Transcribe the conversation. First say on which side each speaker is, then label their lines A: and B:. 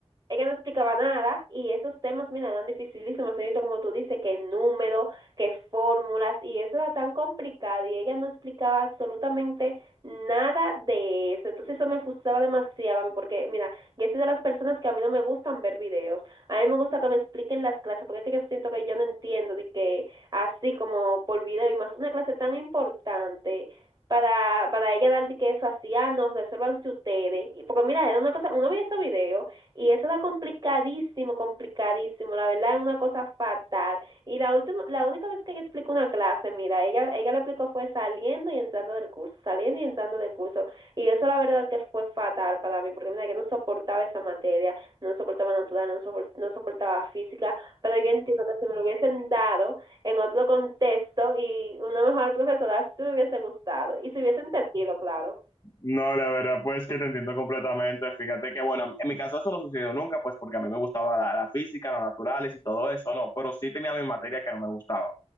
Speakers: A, on the right; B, on the left.
A: ella no explicaba nada y esos temas, mira, eran dificilísimos, señorito, como tú dices, que número, que fórmulas y eso era tan complicado y ella no explicaba absolutamente nada de eso. Entonces eso me frustraba demasiado a mí, porque, mira, yo soy de las personas que a mí no me gustan ver videos, a mí me gusta que me expliquen las clases porque es que yo siento que yo no entiendo de que así como por video y más una clase tan importante para, para ella darle que eso hacía, nos resuélvanse ustedes. Y, porque mira, era una cosa, uno veía esos videos y eso era complicadísimo, complicadísimo, la verdad es una cosa fatal. Y la última, la única vez que ella explicó una clase, mira, ella, ella lo explicó fue saliendo y entrando del curso, saliendo y entrando del curso. Y eso la verdad que fue fatal para mí, porque mira, yo no soportaba esa materia, no soportaba natural, no, sopor, no soportaba física, pero yo entiendo que si me lo hubiesen dado, en otro contexto y una mejor profesora si me hubiese gustado y si hubiese entendido, claro.
B: No, la verdad, pues que te entiendo completamente. Fíjate que, bueno, en mi caso eso no sucedió nunca, pues porque a mí me gustaba la, la física, las naturales y todo eso, ¿no? Pero sí tenía mis materias que no me gustaba.